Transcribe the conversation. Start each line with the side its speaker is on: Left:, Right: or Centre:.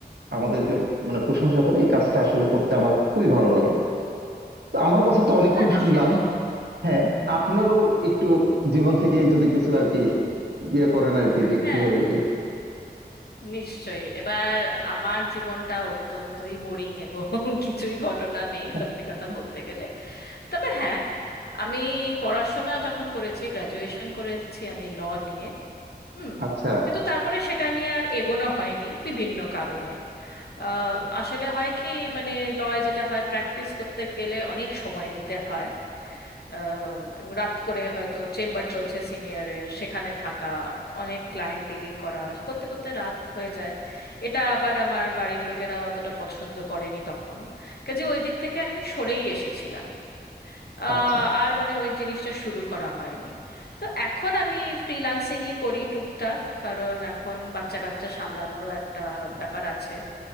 Right: আমাদেরকে মানে প্রশংসা করে এই কাজটা আসলে করতে আমার খুবই ভালো লাগে তো আমার কথা তো অনেকক্ষণ
Left: হ্যাঁ হ্যাঁ
Right: শুনলাম
Left: সে তো অবশ্যই
Right: হ্যাঁ আপনারও একটু জীবন থেকে যদি কিছু আর কি
Left: হুম, হুম, হুম।
Right: ইয়ে করেন আর কি যে
Left: হ্যাঁ
Right: কিভাবে কি
Left: নিশ্চয়ই এবার আমার জীবনটা অত্যন্তই বোরিং এবং <laughs> কিছুই ঘটনা নেই
Right: <laughs>
Left: সত্যি কথা বলতে গেলে তবে হ্যাঁ আমি পড়াশোনা যখন করেছি গ্র্যাজুয়েশন করেছি আমি ল নিয়ে হুম
Right: আচ্ছা
Left: কিন্তু তারপরে সেটা নিয়ে আর এগোনো হয়নি বিভিন্ন কারণে আহ, আসলে হয় কি মানে লয় যেটা হয় প্র্যাকটিস করতে গেলে অনেক সময় দিতে হয় আহ, এবং রাত করে হয়তো চেম্বার চলছে সিনিয়রের সেখানে থাকা অনেক ক্লায়েন্ট ডিলিং করা করতে করতে রাত হয়ে যায় এটা আবার আমার বাড়ির লোকেরা অতটা পছন্দ করেনি তখন কাজে ওই দিক থেকে আমি সরেই এসেছিলাম আহ,
Right: আচ্ছা
Left: আর মানে ওই জিনিসটা শুরু করা হয়নি তো এখন আমি ফ্রিল্যান্সিংই করি টুকটাক কারণ এখন বাচ্চা কাচ্চা সামলানোরও একটা ব্যাপার আছে